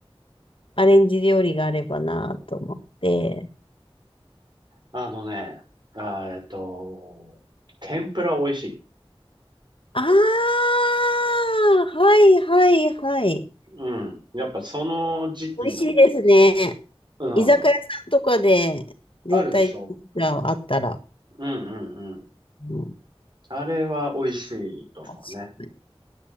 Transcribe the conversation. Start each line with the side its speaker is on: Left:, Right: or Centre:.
Left: アレンジ料理があればなと思って。
Right: あのね、あーえっと、天ぷら美味しい。
Left: ああ、はいはいはい。
Right: うん。やっぱその時期の、
Left: 美味しいですね。
Right: うん。
Left: 居酒屋さんとかで絶対あったら。
Right: あるでしょ。うんうんうん。
Left: うん、
Right: あれは美味しいと思うね。
Left: 確か